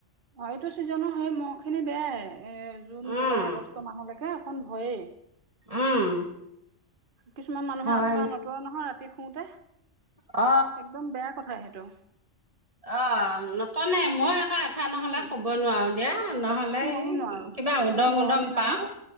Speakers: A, on the right (about 45°); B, on the right (about 25°).
A: অঁ, এইটো ছিজনৰ সেই মহখিনি বেয়াই। এ জুন,
B: উম
A: জুলাই, আগষ্ট মাহলৈকে অকণ ভয়েই।
B: উম।
A: কিছুমান মানুহে
B: হয়
A: আঁঠুৱা নতোৰে নহয় ৰাতি শুওতে।
B: অ
A: একদম বেয়া কথা সেইটো।
B: অঁ, নতনে। মই আকৌ আঠোৱা নহ'লে
A: উম
B: শুব নোৱাৰো দিয়া, নহ'লে
A: ময়ো
B: ই-
A: নোৱাৰো
B: কিবা
A: যিমান
B: উদং
A: গৰমেই
B: উদং পাওঁ।
A: নহওক